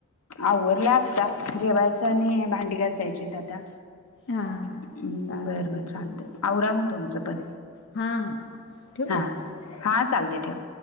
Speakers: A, on the left; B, on the left.
A: आवरल आत ता जेवायच आणि भांडी घासायची आता
B: हा हा
A: हम्म
B: चालतंय
A: बर
B: चालतंय
A: बर चालत
B: मग
A: आवरा मग तुमचं पण
B: हा हा ठेवू
A: हा
B: काय?
A: हा चालते ठेवा